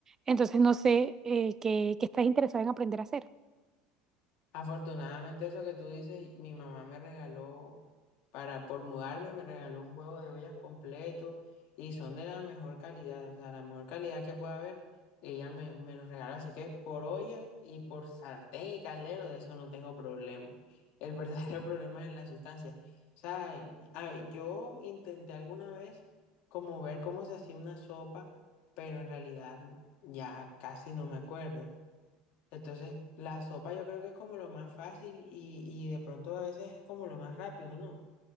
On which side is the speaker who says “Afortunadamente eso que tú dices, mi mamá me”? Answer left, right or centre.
Left